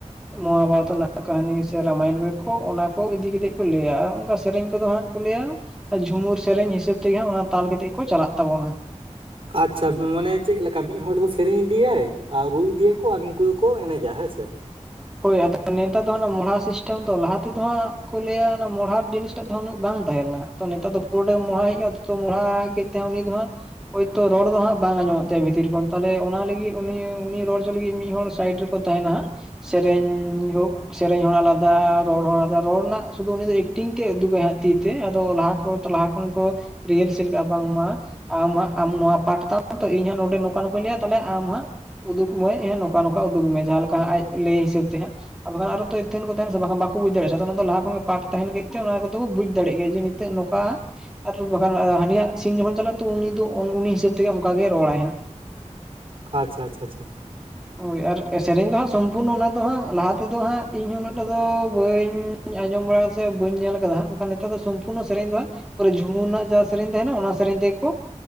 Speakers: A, in the centre; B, on the right.
A: ᱢᱚᱦᱟᱵᱟᱨᱚᱛ ᱨᱮᱱᱟᱜ ᱠᱟᱹᱦᱱᱤ ᱥᱮ ᱨᱟᱢᱟᱭᱚᱱ ᱠᱚᱜᱮ ᱠᱚ ᱚᱱᱟ ᱠᱚ ᱤᱫᱤ ᱠᱟᱛᱮᱜ ᱜᱮ ᱠᱚ ᱞᱟᱹᱭᱟ, ᱚᱱᱠᱟ ᱥᱮᱨᱮᱧ ᱠᱚᱫᱚ ᱦᱟᱸᱜ᱾ ᱞᱟᱹᱭᱟ ᱡᱷᱩᱢᱩᱨ ᱥᱮᱨᱮᱧ ᱦᱤᱥᱟᱹᱵ ᱛᱮᱜᱮ ᱦᱟᱸᱜ ᱚᱱᱟ ᱛᱟᱞ ᱠᱟᱛᱮᱜ ᱜᱮᱠᱚ ᱪᱟᱞᱟᱜ ᱛᱟᱵᱚᱱᱟ᱾
B: ᱟᱪᱪᱷᱟ, ᱢᱟᱱᱮ ᱪᱮᱜ ᱞᱮᱠᱟ ᱢᱤᱫ ᱦᱚᱲ ᱫᱚ ᱥᱮᱨᱮᱧ ᱤᱫᱤᱭᱟᱭ ᱟᱨ ᱨᱩ ᱤᱫᱤᱭᱟᱠᱚ ᱟᱨ ᱱᱩᱠᱩ ᱫᱚᱼᱼ ᱠᱚ ᱮᱱᱮᱡᱟ ᱦᱮᱸ ᱥᱮ᱾
A: ᱦᱳᱭ ᱟᱫᱚ ᱱᱮᱛᱟᱨ ᱫᱚ ᱚᱱᱟ ᱢᱚᱲᱦᱟ ᱥᱤᱥᱴᱮᱢ ᱛᱚ ᱞᱟᱦᱟ ᱛᱮᱫᱚ ᱦᱟᱸᱜ ᱠᱚ ᱞᱟᱹᱭᱟ ᱚᱱᱟ ᱢᱚᱲᱦᱟ ᱡᱤᱱᱤᱥᱴᱟᱜ ᱫᱚ ᱩᱱᱟᱹᱜ ᱵᱟᱝ ᱛᱟᱦᱮᱸ ᱞᱮᱱᱟ ᱦᱟᱸᱜ᱾ ᱛᱚ ᱱᱮᱛᱟᱨ ᱫᱚ ᱯᱩᱨᱟᱹ ᱢᱚᱲᱦᱟ ᱦᱮᱡ ᱟᱠᱟᱱᱟ ᱛᱚ ᱢᱚᱦᱲᱟ ᱠᱮᱫ ᱛᱟᱭᱟ ᱩᱱᱤ ᱫᱚ ᱦᱟᱸᱜ ᱦᱳᱭᱛᱳ ᱨᱚᱲ ᱫᱚ ᱦᱟᱸᱜ ᱵᱟᱝ ᱟᱸᱡᱚᱢᱚᱜ ᱛᱟᱭᱟ ᱵᱷᱤᱛᱤᱨ ᱠᱷᱚᱱ ᱛᱟᱦᱚᱞᱮ ᱚᱱᱟ ᱞᱟᱹᱜᱤᱫ ᱩᱱᱤ ᱩᱱᱤ ᱨᱚᱲ ᱦᱚᱪᱚ ᱞᱟᱹᱜᱤᱫ ᱢᱤᱫ ᱦᱚᱲᱚᱲ ᱥᱟᱭᱤᱴ ᱨᱮᱠᱚᱼᱼ ᱛᱟᱦᱮᱸᱱᱟ ᱦᱟᱜ ᱥᱮᱨᱮᱧ ᱦᱳᱠ᱾ ᱥᱮᱨᱮᱧ ᱦᱚᱲ ᱟᱞᱟᱫᱟ, ᱨᱚᱲ ᱦᱚᱲ ᱟᱞᱟᱫᱟ, ᱨᱚᱲ ᱨᱮᱱᱟᱜ ᱥᱩᱫᱷᱩ ᱩᱱᱤ ᱫᱚ ᱮᱠᱴᱤᱝ ᱛᱮᱫ ᱩᱫᱩᱜᱟᱭ ᱦᱟᱸᱜ ᱛᱤ ᱛᱮ ᱟᱫᱚ ᱞᱟᱦᱟ ᱠᱷᱚᱱᱼᱼ ᱛᱚ ᱞᱟᱦᱟ ᱠᱷᱚᱱ ᱜᱮᱠᱚ ᱨᱤᱭᱮᱞ ᱥᱮᱞ ᱠᱟᱜᱼᱟ, ᱵᱟᱝᱢᱟ᱾ ᱟᱢ ᱦᱟᱸᱜ ᱟᱢ ᱱᱚᱣᱟ ᱯᱟᱴᱷ ᱛᱟᱢ ᱛᱚ ᱤᱧ ᱦᱟᱸᱜ ᱱᱚᱰᱮ ᱱᱚᱝᱠᱟ ᱱᱚᱝ ᱠᱟᱧ ᱞᱟᱹᱭᱟ ᱛᱟᱦᱚᱞᱮ ᱟᱢ ᱦᱟᱸᱜ ᱩᱫᱩᱜᱢᱟᱹᱭ ᱦᱮ ᱱᱚᱝᱠᱟ ᱱᱚᱝᱠᱟ ᱩᱫᱩᱜ ᱢᱮ ᱡᱟᱦᱟᱸ ᱞᱮᱠᱟ ᱟᱡ ᱞᱟᱹᱭ ᱦᱤᱥᱟᱹᱵ ᱛᱮ ᱦᱟᱸᱜ᱾ ᱵᱟᱠᱷᱟᱱ ᱟᱨᱚ ᱛᱚ ᱤᱛᱷᱟᱹᱱ ᱠᱚ ᱛᱟᱦᱮᱱᱟ ᱥᱮ ᱵᱟᱠᱷᱟᱱ ᱵᱟᱠᱚ ᱵᱩᱡᱽ ᱫᱟᱲᱮᱭᱟᱜᱼᱟ, ᱟᱫᱚ ᱚᱱᱟᱫᱚ ᱞᱟᱦᱟ ᱠᱷᱚᱱ ᱜᱮ ᱯᱟᱴ ᱛᱟᱦᱮᱱ ᱠᱮᱛ ᱛᱮ ᱚᱱᱟ ᱠᱚᱫᱚ ᱵᱩᱡᱽ ᱫᱟᱲᱮᱜ ᱜᱮᱭᱟ ᱢᱮ ᱱᱤᱛᱼᱼ ᱛᱮᱜ ᱱᱚᱠᱟᱼᱼ ᱟᱨ ᱵᱟᱠᱷᱟᱱ ᱦᱟᱱᱤᱭᱟᱜ ᱥᱤᱱ ᱡᱚᱠᱷᱚᱱ ᱪᱟᱞᱟᱜᱼᱟ, ᱛᱚ ᱩᱱᱤ ᱫᱚ ᱩᱱᱤ ᱦᱤᱥᱟᱹᱵᱽ ᱛᱮᱜᱮ ᱚᱱᱠᱟ ᱜᱮ ᱨᱚᱲᱟᱭ ᱦᱟᱸᱜ᱾
B: ᱟᱪᱪᱷᱟ ᱟᱪᱪᱷᱟ ᱟᱪᱪᱷᱟ᱾
A: ᱦᱳᱭ ᱟᱨ ᱥᱮᱨᱮᱧ ᱫᱚ ᱦᱟᱸᱜ ᱥᱚᱢᱯᱩᱨᱱᱚ ᱚᱱᱟ ᱫᱚ ᱦᱟᱸᱜ ᱞᱟᱦᱟ ᱛᱮᱫᱚ ᱦᱟᱸᱜ ᱤᱧᱦᱚᱸ ᱩᱱᱟᱹᱜ ᱴᱟ ᱫᱚ ᱵᱟᱹᱧ ᱵᱟᱹᱧ ᱟᱸᱡᱚᱢ ᱵᱟᱲᱟ ᱠᱟᱫᱟ ᱥᱮ ᱵᱟᱹᱧ ᱧᱮᱞ ᱟᱠᱟᱫᱟ ᱱᱮᱛᱟᱨ ᱫᱚ ᱥᱚᱢᱯᱩᱨᱱᱚ ᱥᱮᱨᱮᱧ ᱫᱚ ᱦᱟᱜᱼᱼ ᱯᱩᱨᱟᱹ ᱡᱷᱩᱢᱩᱨ ᱨᱮᱱᱟᱜ ᱡᱟᱦᱟᱸ ᱥᱮᱨᱮᱧ ᱛᱟᱦᱮ‍‍ᱸᱱᱟ ᱚᱱᱟ ᱥᱮᱨᱮᱧ ᱛᱮᱜᱮ ᱠᱚᱼᱼ